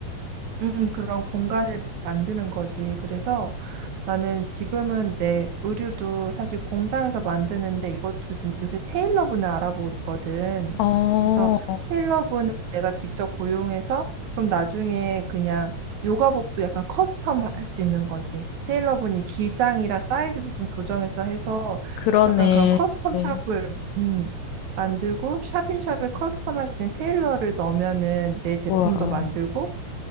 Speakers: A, on the right (about 65°); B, on the left (about 75°).
A: 음, 그런 공간을 만드는 거지. 그래서 나는 지금은 내 의류도 사실 공장에서 만드는데 이것도 지금 요새 테일러분을 알아보고 있거든.
B: 어,
A: 그래서 테일러분을 내가 직접 고용해서 그럼 나중에 그냥 요가복도 약간 커스텀 할 수 있는 거지. 테일러분이 기장이랑 사이즈도 좀 조정해서 해서
B: 그러네.
A: 약간 그런 커스텀
B: 네.
A: 샵을 음, 만들고 샵인샵에 커스텀 할 수 있는 테일러를 넣으면은 내 제품도
B: 와,
A: 만들고